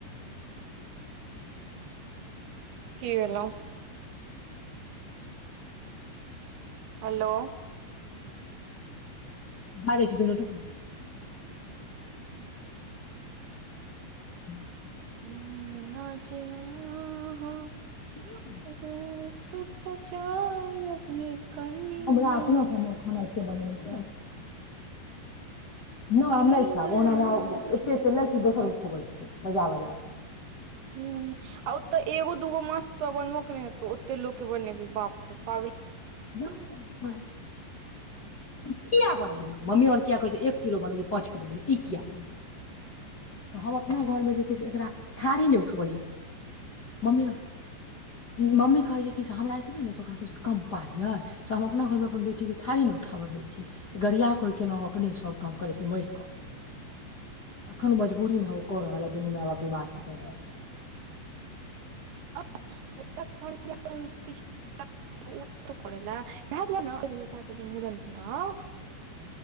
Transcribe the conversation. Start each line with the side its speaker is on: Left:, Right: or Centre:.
Left: <unintelligible>
Right: की भेलौ हेलो
Left: बाजई छी दु मिनट रूकन <unintelligible>
Right: ऐना जे आहां
Left: सुनियौ,
Right: रूप सजाायब यै कनिंया
Left: हमरा अपना घरमे खाना बनेने <unintelligible> नहि हम
Right: ई
Left: नहि खैब
Right: नैना
Left: ओहन हमरा एते
Right: किया
Left: एततै
Right: नहि
Left: लै छी दोसरके खोबै छी बजा बजा कऽ
Right: ईहे नेतऽ एगो द दुगो माछ तऽ बनबके नहि हेतउ। एते लोकके बनेबी बाप रे पागले
Left: ना ना बाद में हम कीयैबनेबैन, मम्मी और किया कहै छै एक किलो बनबै या पाँच किलो। ई कियै बनेतई तहम अपन अपना घरमे देख। एकरा ठारी नहि उठबै म्मी। मम्मी कहै छै। की से हमरा एतबे ने से ओकरा सब से कम पााय ये से हम अपना घर मे अपन बेटी के थारी ने उठाबऽ दय छी गड़िया के केना अपने सब काम करे छी मार कऽ अखन मजबूरी मे ओ कऽ रहल। दुनू माय बापी मारथि तैाद।
Right: <unintelligible> घरमे जखन किछु ओ करय लए इएह दुआरे ने एगो बेटाके जे मूड़न भेलए।